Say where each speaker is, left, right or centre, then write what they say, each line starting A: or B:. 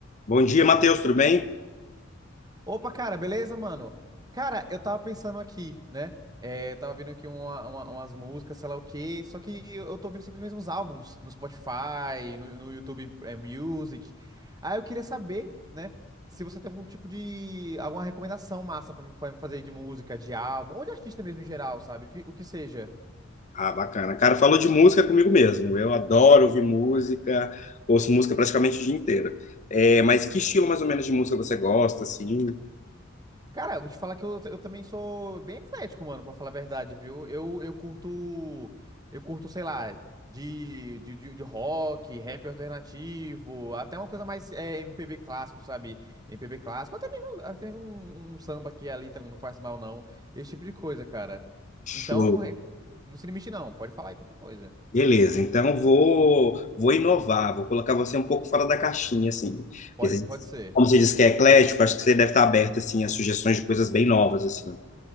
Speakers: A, on the left; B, on the right.
A: Bom dia, Matheus, tudo bem?
B: Opa, cara, beleza, mano? Cara, eu tava pensando aqui, né? É, tava vendo aqui uma- uma- umas músicas, sei lá o quê, só que eu eu tô ouvindo sempre os mesmos álbuns no Spotify, no, no YouTube é, Music. Aí eu queria saber, né, se você tem algum tipo de, alguma recomendação massa pra, me pra me fazer de música, de álbum, ou de artista mesmo em geral, sabe? O que, o que seja.
A: Ah, bacana. Cara, falou de música comigo mesmo. Eu adoro ouvir música, ouço música praticamente o dia inteiro. É, mas que estilo mais ou menos de música você gosta, assim?
B: Cara, eu vou te falar que eu, eu também sou bem eclético, mano, pra falar a verdade, viu? Eu, eu curto, eu curto, sei lá, de, de, de, de rock, rap alternativo, até uma coisa mais é, MPB clássico, sabe? MPB clássico, até mesmo, até mesmo um, um samba que ali também não faz mal, não. Esse tipo de coisa, cara.
A: Show.
B: Então, é- não se limite, não. Pode falar aí qualquer coisa.
A: Beleza, então vou vou inovar, vou colocar você um pouco fora da caixinha, assim.
B: Pode,
A: Porque você-
B: pode ser.
A: Como você disse que é eclético, acho que você deve estar aberto, assim, a sugestões de coisas bem novas, assim.